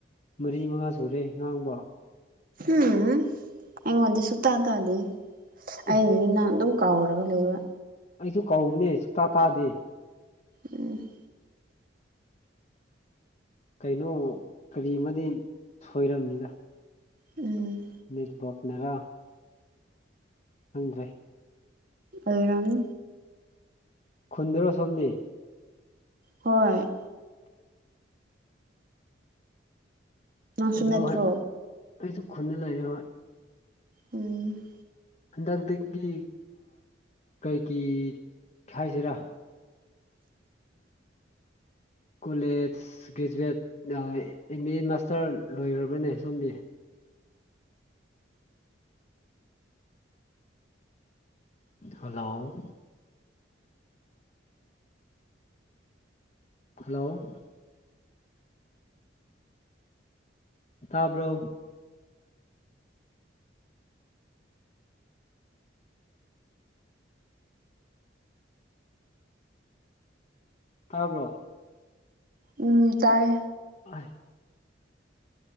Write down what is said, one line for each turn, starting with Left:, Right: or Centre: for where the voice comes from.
Left: ꯃꯔꯤ ꯃꯉꯥ ꯁꯨꯔꯦ ꯉꯥꯡꯕ
Right: ꯎꯝ ꯑꯩꯉꯣꯟꯗ ꯁꯛꯇꯥ ꯇꯥꯗꯦ
Left: ꯑꯦ
Right: ꯑꯩꯅꯗꯤ ꯅꯪ ꯑꯗꯨꯝ ꯀꯥꯎꯔꯒ ꯂꯩꯕ
Left: ꯑꯩꯁꯨ ꯀꯧꯕꯅꯦ ꯁꯨꯇꯥ ꯇꯥꯗꯦ
Right: ꯎꯝ
Left: ꯀꯩꯅꯣ ꯀꯔꯤ ꯑꯃꯗꯤ ꯁꯣꯏꯔꯝꯅꯤꯗ
Right: ꯎꯝ
Left: ꯅꯦꯠꯋꯥꯛꯅꯔ ꯈꯪꯗ꯭ꯔꯦ
Right: ꯑꯣꯏꯔꯝꯅꯤ
Left: ꯈꯨꯨꯟꯗ꯭ꯔꯣ ꯁꯣꯝꯗꯤ
Right: ꯍꯣꯏ ꯅꯪꯁꯨ
Left: ꯑꯗꯨ
Right: ꯅꯠꯇ꯭ꯔꯣ
Left: ꯑꯩꯁꯨ ꯈꯨꯟꯗ ꯂꯩꯌꯦ ꯍꯣꯏ
Right: ꯎꯝ
Left: ꯍꯟꯗꯛꯇꯒꯤ ꯀꯔꯤꯒꯤ ꯍꯥꯏꯁꯤꯔꯥ ꯀꯣꯂꯦꯖ ꯑꯁ ꯒ꯭ꯔꯦꯖꯨꯋꯦꯠ ꯑꯦꯝ ꯑꯦ ꯃꯥꯁꯇꯔ ꯂꯣꯏꯔꯕꯅꯦ ꯁꯣꯝꯗꯤ ꯍꯜꯂꯣ ꯍꯜꯂꯣ ꯇꯥꯕ꯭ꯔꯣ ꯇꯥꯕ꯭ꯔꯣ
Right: ꯎꯝ ꯇꯥꯏ
Left: ꯍꯥ